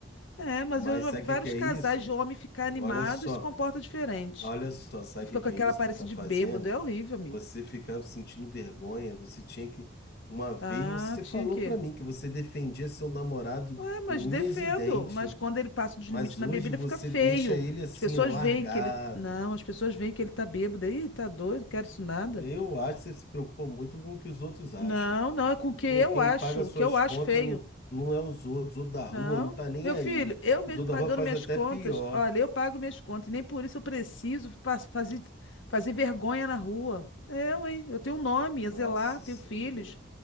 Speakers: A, on the left; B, on the left.
A: É, mas
B: Mas
A: eu já
B: sabe
A: vi vários
B: o que que é
A: casais
B: isso?
A: de homem ficar animado
B: Olha só,
A: e se comporta diferente.
B: olha só, sabe
A: Ele fica
B: o que
A: com
B: que
A: aquela
B: é isso
A: aparência
B: que você está
A: de
B: fazendo?
A: bêbado, é horrível, amigo.
B: Você ficava sentindo vergonha, você tinha que. Uma vez
A: Ah,
B: você
A: tinha
B: falou
A: que.
B: para mim que você defendia seu namorado
A: Ué, mas
B: com
A: defendo.
B: unhas e dentes,
A: Mas quando ele passa dos limites
B: mas
A: na
B: hoje
A: bebida,
B: você
A: fica feio.
B: deixa ele assim,
A: As pessoas
B: ó, largado.
A: veem que ele. Não, as pessoas veem que ele tá bêbado. Ih, tá doido, quero isso nada.
B: Eu acho que você se preocupa muito com o que os outros acham.
A: Não, não, é com o que
B: E
A: eu
B: quem
A: acho.
B: paga suas
A: O que eu acho
B: contas
A: feio.
B: não, não é os outros, o da rua
A: Não,
B: não tá nem
A: meu
B: aí.
A: filho, eu mesmo
B: Os outros da
A: pagando
B: rua faz
A: minhas
B: até
A: contas,
B: pior.
A: olha, eu pago minhas contas, e nem por isso eu preciso fa- fazer, fazer vergonha na rua. Eu, hein? Eu tenho um nome,
B: Nossa,
A: a zelar, tenho
B: Senhora.
A: filhos,